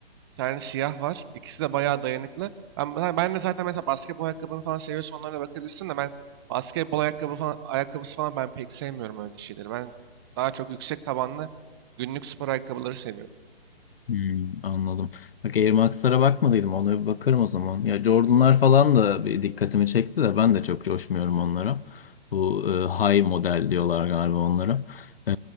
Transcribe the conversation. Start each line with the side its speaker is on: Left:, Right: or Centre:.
Right: Bir tane siyah var. İkisi de bayağı dayanıklı. Ben, ben ben de zaten mesela basketbol ayakkabını falan seviyorsan onlara bakabilirsin de ben basketbol ayakkabı falan, ayakkabısı falan ben pek sevmiyorum öyle şeyleri. Ben daha çok yüksek tabanlı günlük spor ayakkabıları seviyorum.
Left: Hmm, anladım. Bak Air Max'lara bakmadıydım. Ona bir bakarım o zaman. Ya Jordan'lar falan da bir dikkatimi çekti de ben de çok coşmuyorum onlara. Bu e, high model diyorlar galiba onlara. E,